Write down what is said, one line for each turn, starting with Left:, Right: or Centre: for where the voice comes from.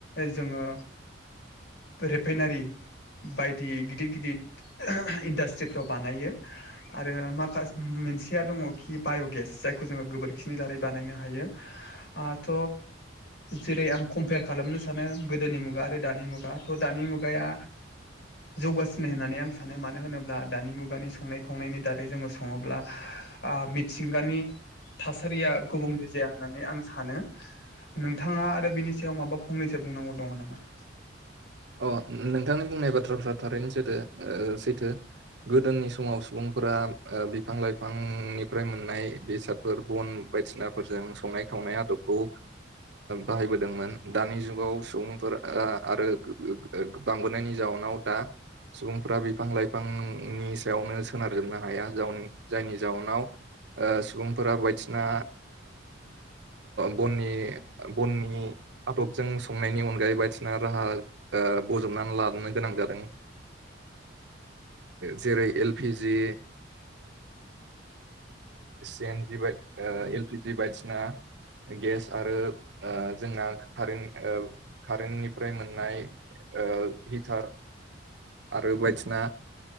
Left: जोङो रेफाइनारि बायदि गिदिर गिदिर इन्डास्ट्रिफ्राव बानायो आरो माखा मोनसे सेया दङ खि बाय'गेस जायखौ जोङो गोबोरखिनि दारै बानायनो हायो थ जेरै आं कम्पेयार खालामनो सानो गोदोनि मुगा आरो दानि मुगा थ' दानि मुगाया जौगासिनो होननानै आं सानो मानो होनोब्ला दानि मुगानि संनाय खावनायनि दारै जोङो सङोब्ला मिथिंगानि थासारिया गुबुंले जाया होननानै आं सानो। नोंथाङा आरो बिनि सायाव माबा फंनैसो बुंनांगौ दङ नामा?
Right: अ नोंथांनि बुंनाय बाथ्राफ्रा थारैनो जादो सैथो। गोदोनि समाव सुबुंफोरा बिफां लाइफांनिफ्राय मोननाय बेसादफोर बन बायदिसिना फोरजों संनाय खावनाय आदबखौ बाहायबोदोंमोन दानि जुगाव सुबुंफोरआ आरो बांबोनायनि जाउनाव दा सुबुंफ्रा बिफां लाइफांनि सायावनो सोनारजोबनो हाया जाउ जायनि जाउनाव सुबुंफोरा बायदिसिना बननि बननि आदबजों संनायनि अनगायै बायदिसिना राहा बजबनानै लानो गोनां जादों। जेरै एलपिजि सि एनजि बाइ एलपिजि बाइदिसिना गेस आरो जोंना कारेन्ट कारेन्टनिफ्राय मोननाय हिटार आरो बायदिसिना